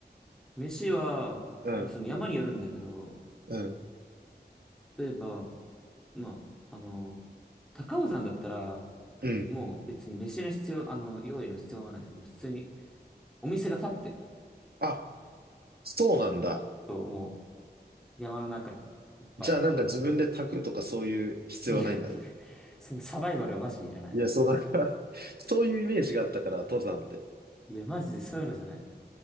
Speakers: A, in the centre; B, on the right.
A: 飯は、
B: うん。
A: まあ、その山によるんだけど、
B: うん。
A: 例えば、まあ、あの、高尾山だったら、
B: うん。
A: もう別に飯の必要、あの、用意の必要はない。もう普通にお店が立ってる
B: あ、そうなんだ。
A: と、もう山の中にいっぱい。
B: じゃあなんか自分で炊くとかそういう必要はないんだね。
A: いや、<laughs> そのサバイバルはマジいらない。
B: いや、そうだから <laughs> そういうイメージがあったから、登山って。
A: いや、マジでそういうのじゃないのよ。